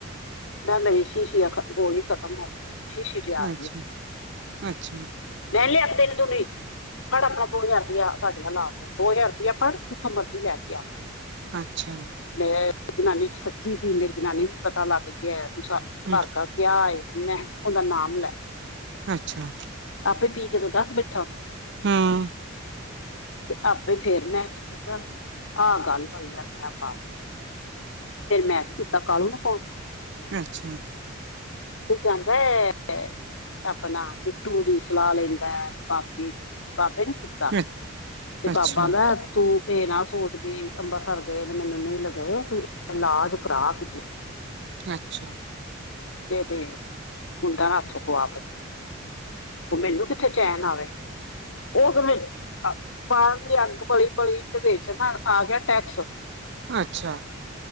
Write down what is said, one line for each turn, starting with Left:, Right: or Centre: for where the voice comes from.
Left: ਮ ਨਹੀਂ ਸੀ ਸੀਤ ਬੋਲ ਹੀ ਖਤਮ ਹੋ <unintelligible> ਲਿਆ
Right: ਅੱਛਾ, ਅੱਛਾ।
Left: ਵਹ ਲ ਇੱਕ ਦਿਨ ਦਨ <unintelligible> ਫੜ੍ਹ ਆਪਣਾ ਦੋ ਹਜ਼ਾਰ ਰੁਪਇਆ ਸਾਡੀਆਂ ਲਾਆਂ ਦੋ ਹਜ਼ਾਰ ਰੁਪਇਆ ਫੜ੍ਹ, ਜਿੱਥੋਂ ਮਰਜੀ ਲੈ ਕੇ ਆ।
Right: ਅੱਛਾ।
Left: ਮੈਂ ਜਨਾਨੀ ਸੱਚੀ ਸੀ ਮੇਰੀ ਜਨਾਨੀ ਨੂੰ ਪਤਾ ਲਾਗ ਗਿਆ ਕੇ ਆਇਆ ਤੂੰ
Right: ਹਮ
Left: ਘਰ ਘਰ ਗਿਆ ਏ ਮੈਂ ਉਹਦਾ ਨਾਮ ਲੈ
Right: ਅੱਛਾ।
Left: ਆਪੇ ਪੀ ਕੇ ਤੇ ਦੱਸ ਬੈਠਾ।
Right: ਹਾਂ
Left: ਤੇ ਆਪੇ ਫੇਰ ਮੈਂ ਖ, ਆਹ ਗੱਲ ਹੋਈ ਆ ਪਾ ਫੇਰ ਮੈਂ ਤੇ ਕਿਤਾ ਕਾਲੂ਼ ਨੂੰ ਫੋਨ।
Right: ਅੱਛਾ।
Left: ਓ ਕੈਂਨਦੈ, ਅਪਨਾ ਬਿੱਟੂ ਦੀ ਸਲਾਹ ਲੈਂਦੈ। ਬਾਬੇ ਬਾਬੇ ਨੂੰ ਕੀਤਾ,
Right: ਅੱਛਾ ਅੱਛਾ ਹਮ
Left: ਤੇ
Right: ਅੱਛਾ
Left: ਬਾਬਾ ਦਾ ਤੂੰ ਇਹ ਨਾ ਸੋਚ ਵੀ ਅੰਬਰਿਤਸਰ ਗਏ ਨੇ ਮੈਨੂੰ ਨ ਲਗੇ ਤੂੰ ਇਲਾਜ ਕਰਾ ਕਿਤੇ
Right: ਅੱਛਾ।
Left: ਤੇ ਤੇ, ਮੁੰਡਾ ਹੱਥੋਂ ਗਆ ਪਈ ਏਂ ਉਹ ਮੈਨੂੰ ਕਿੱਥੇ ਚੈਨ ਆਵੇ, ਉਹਦੇ ਬਾਹਰਲੀ ਅੰਗ ਬਲੀ ਬਲੀ ਦੇ ਵੇਚ ਨਾ ਆ ਗਿਆ ਟੈਕਸ
Right: ਅੱਛਾ।